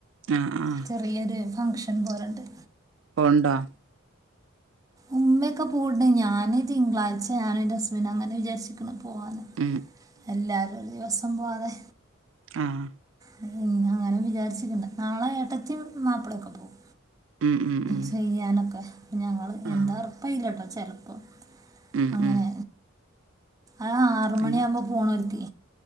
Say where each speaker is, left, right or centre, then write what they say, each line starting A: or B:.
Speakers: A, on the right; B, on the right.
A: ആഹ് ആഹ്
B: ചെറിയൊരു ഫങ്ഷൻ പോലണ്ട്.
A: പോണ്ടോ
B: ഉമ്മയൊക്കെ പോണ്ണ്ട് ഞാന് തിങ്കളാഴ്ച ഞാനൻ്റെ ഹസ്ബൻറ് അങ്ങനെ വിചാരിച്ച ക്കണ. പോവാന്
A: ഉം
B: എല്ലാവരും ഒരു ദിവസം പോവാതെ.
A: ആഹ്‌
B: പിന്നെ, അങ്ങന വിചാരിച്ചിട്ടുണ്ട് നാളെ ഏട്ടത്തിയും മാപ്പിളൊക്കെ പോവും.
A: ഉം ഉം ഉം
B: ചെയ്യാനൊക്കെ. ഞങ്ങള്
A: ആഹ്
B: എന്താ ഉ റപ്പയില്ലട്ടോ? ചെലപ്പോ.
A: ഉം
B: അങ്ങനെ,
A: ഉം
B: ആ ആറ
A: അങ്ങനെ
B: മണികുമ്പോ പോണര്ക്.